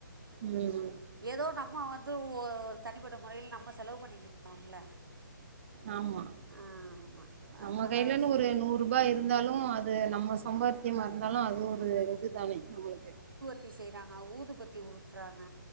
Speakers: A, on the right; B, on the right.
A: ம்
B: ஏதோ நம்ம வந்து ஒ தனிப்பட்ட மொறையில நம்ம செலவு பண்ணிக்கலாம்ல
A: ஆமா
B: ஆமாம்
A: நம்ம
B: அதனால்
A: கையிலன்னு
B: ஸ்வீ
A: ஒரு நூறு ருபாய் இருந்தாலும் அது நம்ம சம்பாத்தியமா இருந்தாலும் அது ஒரு இது தானே நம்ளுக்கு
B: குச்சி செய்றாங்க ஊது பத்தி உருட்டுறாங்க